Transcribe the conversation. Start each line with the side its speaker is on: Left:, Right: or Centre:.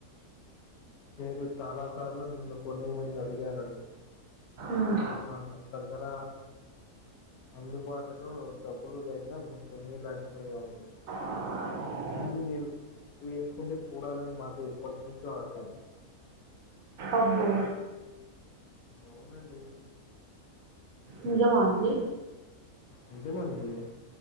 Left: మీరు చాలా సార్లు నిన్ను కొని మని అడిగారండి
Right: మ్,
Left: మాక దగ్గర అందుబాటులో డబ్బులు లేక మేము కొనిలేకపోయా మండి
Right: ఆ
Left: కానీ మీరు వేసుకుంటే చూడాలని మాకు ఎప్పటినుంచో ఆశ అండి
Right: అబ్బో
Left: అవునండి
Right: నిజమాండి
Left: నిజమండి